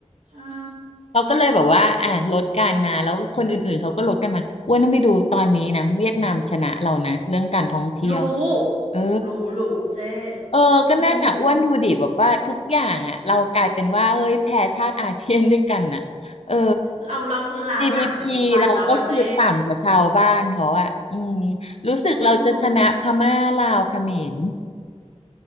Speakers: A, on the right; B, on the left.
A: ใช่
B: เขาก็เลยแบบว่าอ่ะลดการมาแล้วคนอื่นๆเขาก็ลดกันมาอ้วนต้องไปดูตอนนี้นะเวียดนามชนะเรานะเรื่องการท่องเที่ยว
A: รู้
B: เออ
A: รู้รู้เจ๊
B: เออก็นั่นอ่ะอ้วนดูดิแบบว่าทุกอย่างอ่ะเรากลายเป็นว่าเฮ้ยแพ้ชาติอาเซียนด้วยกันอ่ะเออ
A: อืม เราเราคือล้าหลังไปทุกวันแล้วอะเจ๊
B: GDP เราก็คือต่ำกว่าชาวบ้านเขาอ่ะอืมรู้สึกเราจะชนะพม่าลาวเขมร
A: อืม